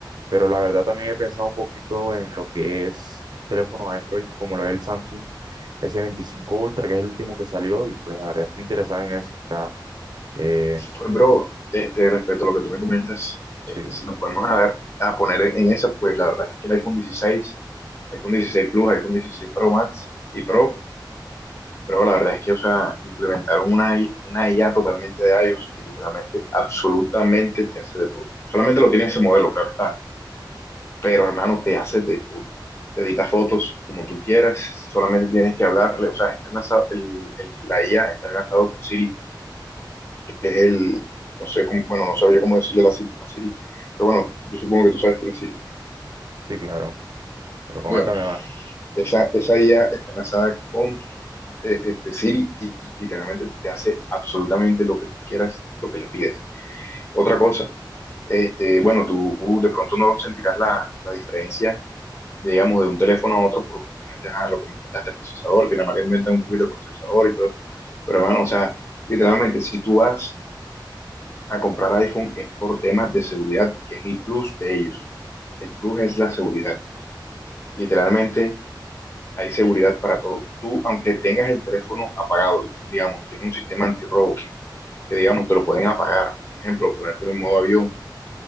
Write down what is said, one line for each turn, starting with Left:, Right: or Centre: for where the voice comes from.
Right: pero la verdad también he pensado un poquito en lo que es teléfono Android, como lo es el Samsung s veinticinco Ultra, que es el último que salió, y pues la verdad estoy interesado en ese. O sea, eh,
Left: Pues, bro, este, respecto a lo que tú me comentas,
Right: sí,
Left: este, si nos podemos a ver, a poner en esas, pues la verdad es que el iPhone dieciséis iPhone dieciséis Plus, iPhone dieciséis Pro Max y Pro, pero la verdad es que, o sea, implementaron una, I- una IA totalmente de iOS que literalmente, absolutamente te hace de todo. Solamente lo tiene ese modelo, claro está pero hermano, te haces de todo. Te editas fotos como tú quieras, solamente tienes que hablarle, o sea, está enlazado, el, el- la IA está enlazado con Siri, que es el, no sé cómo, bueno, no sabría cómo decirle a, la Siri, a Siri, pero bueno, yo supongo que tú sabes quién es Siri.
Right: sí, claro, pero coméntame
Left: Bueno,
Right: más.
Left: esa, esa IA está enlazada con eh, este, Siri y literalmente te hace absolutamente lo que tú quieras, lo que le pides. Otra cosa, este, bueno, tú de pronto no sentirás la, la diferencia digamos, de un teléfono a otro por cuestiones de ajá, lo que me cuentaste, el procesador, que nada más le inventan un poquito el procesador y todo eso. Pero hermano, o sea, literalmente, si tú vas a comprar iPhone es por temas de seguridad, que es el plus de ellos. El plus es la seguridad. Literalmente, hay seguridad para todo. Tú, aunque tengas el teléfono apagado, y, digamos, tiene un sistema antirrobo, que digamos, te lo pueden apagar. Por ejemplo, ponértelo en modo avión